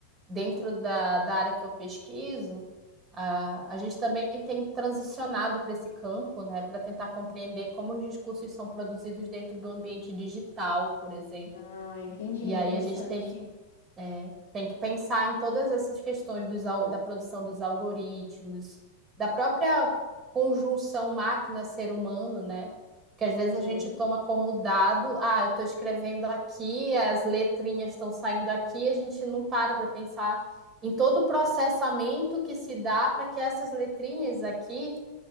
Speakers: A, on the right; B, on the left.
A: dentro da, da área que eu pesquiso, a, a gente também tem transicionado para esse campo, né, para tentar compreender como os discursos são produzidos dentro do ambiente digital, por exemplo.
B: Ah, entendi,
A: E
B: interessante.
A: aí a gente tem que é, tem que pensar em todas essas questões dos al- da produção dos algoritmos, da própria conjunção máquina-ser humano, né? Porque às vezes a gente
B: Sim.
A: toma como dado, ah, eu estou escrevendo aqui, as letrinhas estão saindo aqui, a gente não para para pensar em todo o processamento que se dá para que essas letrinhas aqui,